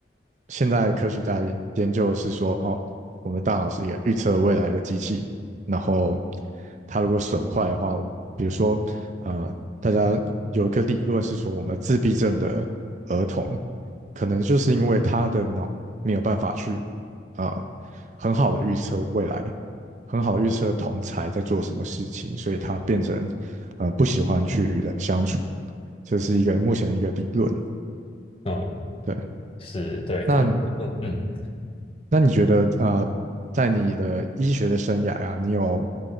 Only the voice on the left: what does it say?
嗯，
是对，
看，嗯。